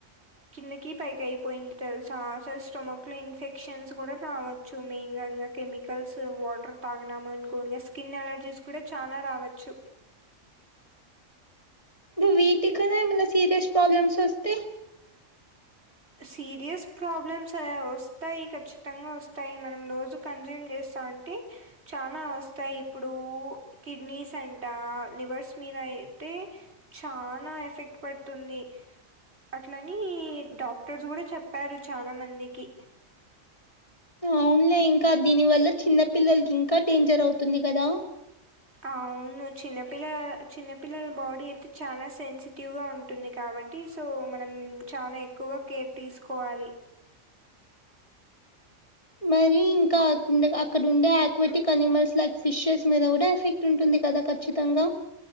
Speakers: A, on the right; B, on the left.
A: కిందకి పైకి అయిపోయింది తెలుసా అసలు స్టొమక్ లో ఇన్ఫెక్షన్స్ కూడా రావచ్. చు మెన్ గా ఇంకా కెమికల్స్ వాటర్ టానమ అనుకోన్ అస్. స్కిన్ ఎలర్జీస్ కూడా చానా రావచ్చు.
B: వీటికాన్నా ఎమన సీరియస్ ప్రాబ్లమ్స్ వస్తే
A: సీరియస్ ప్రాబ్లమ్స్ వస్తాయి ఖచ్చితంగా వస్తాయి మనం రోజు కన్జ్యూమ్ చేస్తా అంటే చాలా వస్తాయి ఇప్పుడు కిడ్నీస్ అంట లివర్స్ మీద అయితే చానా ఎఫెక్ట్ పడుతుంది అట్లని డాక్టర్స్ కూడా చెప్పారు చాలా మందికి
B: అవునులే ఇంకా దీని వల్ల చిన్న పిల్లలకి ఇంకా డేంజర్ అవుతుంది కదా
A: అవును చిన్నపిల్ల చిన్నపిల్లల బాడీ అయితే చాలా సెన్సి టివ్ ఉంటుంది కాబట్టి సో మనం చాలా ఎక్కువగా కేర్ తీసుకోవాలి
B: మరి ఇంకా అక్కడ ఉండే ఆయాక్వెటిక్ అనిమల్స్ లైక్ ఫిషెస్ మీద కూడా ఎఫెక్ట్ ఉంటుంది కదా ఖచ్చితంగా